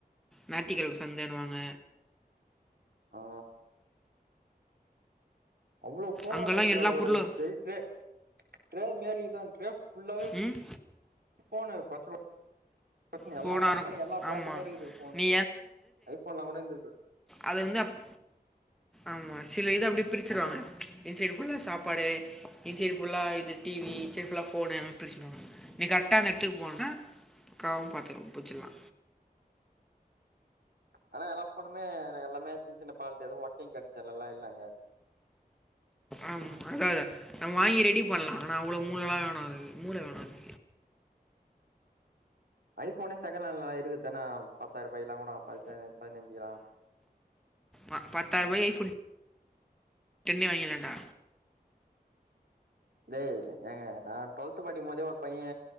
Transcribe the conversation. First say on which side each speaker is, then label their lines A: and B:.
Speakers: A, in the centre; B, on the right.
A: ஞாயித்துக்கெழம சந்தன்னுவாங்க
B: ஆ ஆ அவ்ளோ ஃபோன்
A: அங்கெல்லாம்
B: அந்த எட்த்துல
A: எல்லா
B: ஒரு
A: பொருளும்
B: எயிட் ட்ரே ட்ரே மேரிதா ட்ரே ஃபுல்லாவ
A: ம்
B: ஃபோனு பச்ச பிரச்சன
A: ஃபோனாக
B: எல்லா கம்பெனி
A: இருக்கும்
B: எல்லா பிராண்டுமே
A: ஆமாம்
B: இருக்குது ஃபோனு
A: நீ
B: ஐஃபோன்லா கூட இருந்துது
A: அது வந்து அப் ஆமா சில இது அப்டியே பிரிச்சிருவாங்க இந் சைடு ஃபுல்லா சாப்பாடு இந் சைடு ஃபுல்லா இது டிவி இந் சைடு ஃபுல்லா ஃபோனு பிரிச்சுடுவாங்க நீ கரெட்டா அந்த எடத்துக்கு போனேன்னா காவு பாத்துரு பூச்சிட்லா
B: ஆனா எல்லா ஃபோனுமே எல்லாமே சின் சின்ன ஃபால்ட்டு எதுவு ஒர்க்கி்ங் கண்டீஷன்லலா இல்ல அங்க
A: ஆமா அதா நம்ம வாங்கி ரெடி பண்லா ஆனா அவ்ளோ மூளல்லா வேணு அதுக்கு மூள வேணு அதுக்
B: ஐஃபோனே செகண்ட் ஹேண்ட்லலா இருக்கு தானே பத்தாயிரூபாய்லா கூட பத்து பதினஞ்சுக்குல்லா
A: ம் பத்தாயிரூபாய்க்கு ஐ ஃபோன் டென்னே வாங்கிட்லாண்டா
B: டேய் ஏங்க நா டுவெல்த்து படிக்கும் போதே ஒரு பைய